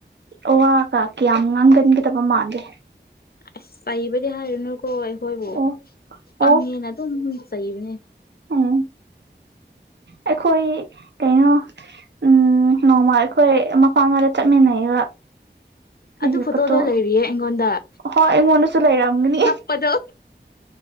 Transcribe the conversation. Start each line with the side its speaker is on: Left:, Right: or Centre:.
Right: ꯑꯋꯥꯀ ꯀꯌꯥꯝ ꯉꯥꯡꯒꯟꯒꯗꯕ ꯃꯥꯟꯗꯦ
Left: ꯑꯁ ꯆꯩꯕꯗꯤ ꯍꯥꯏꯔꯨꯅꯨꯀꯣ ꯑꯩꯈꯣꯏꯕꯨ
Right: ꯑꯣ
Left: ꯄꯪꯉꯦꯅ
Right: ꯑꯣ
Left: ꯑꯗꯨꯝ ꯆꯩꯕꯅꯦ
Right: ꯎꯝ ꯑꯩꯈꯣꯏ ꯀꯩꯅꯣ ꯎꯝ ꯅꯣꯡꯃ ꯑꯩꯈꯣꯏ ꯃꯄꯥꯟ ꯑꯃꯗ ꯆꯠꯃꯤꯟꯅꯩꯑꯕ
Left: ꯑꯗꯨ
Right: ꯏꯌ꯭ꯔꯄꯣꯠꯇꯣ
Left: ꯐꯣꯇꯣꯗꯣ ꯂꯩꯔꯤꯌꯦ ꯑꯩꯉꯣꯟꯗ
Right: ꯑꯍꯣꯏ ꯑꯩꯉꯣꯟꯗꯁꯨ ꯂꯩꯔꯝꯒꯅꯤ
Left: ꯄꯗꯣ